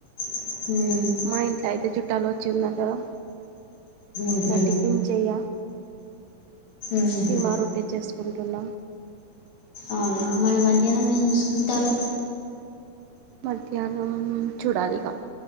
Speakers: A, on the left; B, on the right.
A: హ.
B: మా ఇంట్లో అయితే చుట్టాలు వచ్చి ఉన్నారు కదా
A: ఉహు
B: నా టిఫిన్ చెయ.
A: ఉహు
B: కిమా రొట్టె చేసుకుంటున్న.
A: అవునా మరీ మధ్యాహ్నం ఏము చేసుకుంటారు.
B: మధ్యాహ్నం చూడాలిక